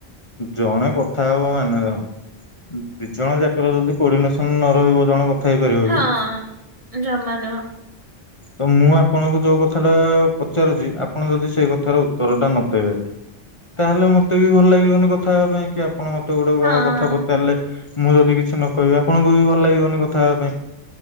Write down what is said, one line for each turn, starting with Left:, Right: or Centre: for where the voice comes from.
Left: ଜଣେ କଥା ହବ ମାନେ ଦେଖ ଦିଜଣ ଯାକର ଯଦି କୋର୍ଡିନେସନ ନ ରହିବ ଜଣେ ଥା ହେଇପାରିବ
Right: ହଁ
Left: କି
Right: ଜମା ନୁହଁ
Left: ତ ମୁଁ ଆପଣଙ୍କୁ ଯୋଉ କଥା ଟା ପଚାରୁଛି ଆପଣ ଯଦି ସେଇ କଥାର ଉତ୍ତର ଟା ନଦେବେ ତାହେଲେ ମତେ ବି ଭଲ ଲାଗିବନି କଥା ହେବା ପାଇଁ କି ଆପଣ ମତେ ଗେ ଗୋଟେ
Right: ହଁ।
Left: କଥା ପଚାରିଲେ ମୁଁ ଯଦି କିଛି ନ କହିବି ଆପଣଙ୍କୁ ବି ଭଲ ଲାଗିବନି କଥା ହେବା ପାଇଁ